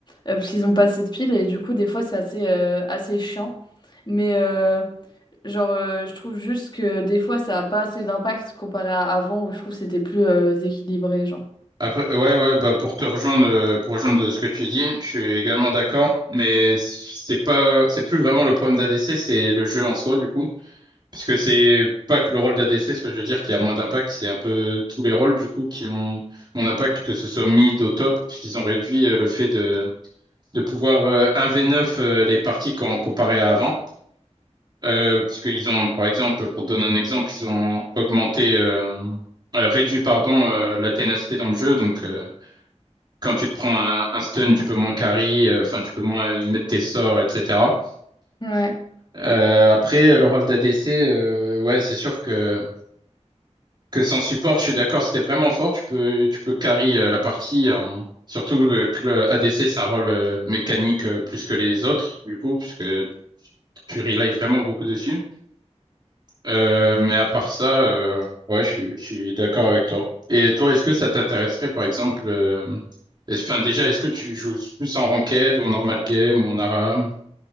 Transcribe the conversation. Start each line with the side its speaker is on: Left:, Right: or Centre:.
Left: euh, parce qu'ils ont pas assez de piles, et du coup, des fois, c'est assez, euh, assez chiant. Mais, euh, genre, euh, je trouve juste que des fois, ça a pas assez d'impact comparé à avant, où je trouve que c'était plus euh, équilibré, genre.
Right: Après, ouais, ouais, bah pour te rejoindre, euh, pour rejoindre ce que tu dis, je suis également d'accord, mais c'est pas, c'est plus vraiment le problème d'ADC, c'est le jeu en soi, du coup. Parce que c'est pas que le rôle d'ADC, ce que je veux dire, qui a moins d'impact, c'est un peu tous les rôles, du coup, qui ont mon impact, que ce soit mid au top, parce qu'ils ont réduit euh, le fait de, de pouvoir euh, 1 v neuf euh, les parties quand comparé à avant. Euh, parce qu'ils ont, par exemple, pour te donner un exemple, ils ont augmenté, euh, euh, réduit, pardon, euh, la ténacité dans le jeu, donc, euh, quand tu te prends un, un stun, tu peux moins carry, euh, enfin tu peux moins mettre tes sorts, etc.
Left: Ouais.
Right: Euh, après, le rôle d'ADC, euh, ouais, c'est sûr que, que sans support, je suis d'accord, si t'es vraiment fort, tu peux, tu peux carry euh, la partie. en- Surtout euh, que le ADC, c'est un rôle euh, mécanique euh, plus que les autres, du coup, puisque tu relies vraiment beaucoup dessus. Euh, mais à part ça, euh, ouais, je suis, je suis d'accord avec toi. Et toi, est-ce que ça t'intéresserait, par exemple, euh, est-ce- enfin, déjà, est-ce que tu joues plus en ranked ou en normal game ou en ARAM?